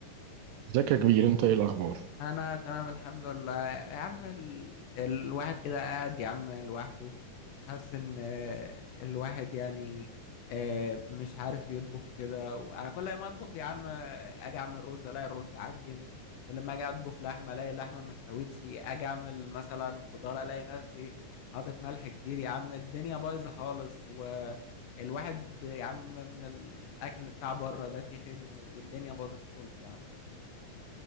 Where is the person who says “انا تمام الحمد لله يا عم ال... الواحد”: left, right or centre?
Left